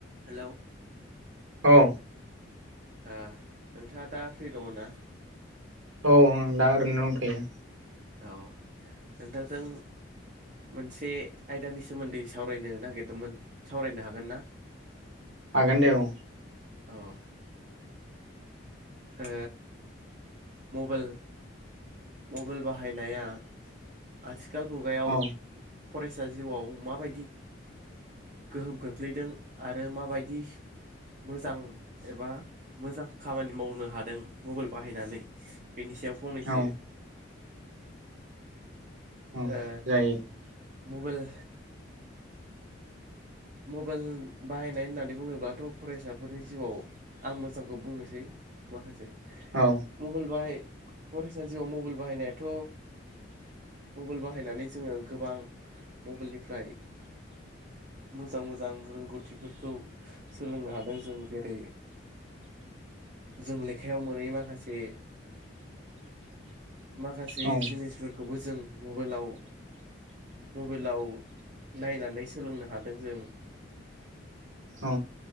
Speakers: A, on the right; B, on the right.
A: हेल'।
B: औ।
A: ओ नोंथाङा दा फ्रि दङ ना?
B: औ औ दा ओरैनो दंथयो।
A: औ नोंथांजों। मोनसे आयदानि सोमोन्दै सावरायनो नागिरदोंमोन सावरायनो हागोन ना?
B: हागोन दे औ।
A: औ। ओ मबाइल मबाइल। बाहायनाया आथिखाल मुगायाव
B: औ
A: फरायसा जिउआव माबायदि गोहोम खोख्लैदों आरो माबायदि मोजां एबा मोजां खामानि मावनो हादों मबाइल बाहायनानै बेनि सायाव फंनैसो
B: औ औ
A: ओ
B: जायो
A: मबाइल मबाइल बाहायनाय होननानै बुङोब्लाथ' फरायसाफोरनि जिउआव आं मोजांखौ बुंनोसै माखासे
B: औ
A: मबाइल बाहाय फरायसना जिउआव मबाइल बाहायनायाथ' मबाइल बाहायनानै जोङो गोबां मबाइलनिफ्राय मोजां मोजां रोंगौथिफोरखौ सोलोंनो हादों जों जेरै जों लेखायाव मोनै माखासे माखासे
B: औ
A: जिनिसफोरखौबो जों मबाइलाव मबाइलाव नायनानै सोलोंनो हादों जों
B: औ